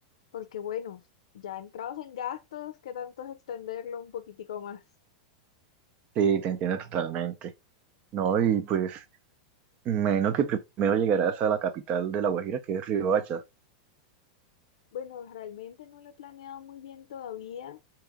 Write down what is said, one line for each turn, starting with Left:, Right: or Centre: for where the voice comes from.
Left: porque bueno, ya entrados en gastos, ¿qué tanto es extenderlo un poquitico más?
Right: Sí, te entiendo totalmente. No, y pues, menos que primero llegarás a la capital de la Guajira, que es Riohacha.
Left: Bueno, realmente no lo he planeado muy bien todavía,